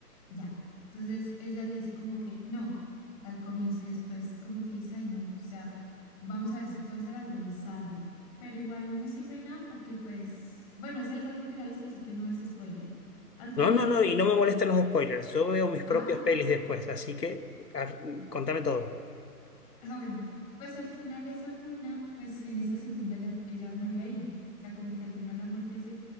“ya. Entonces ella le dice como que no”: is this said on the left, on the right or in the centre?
Left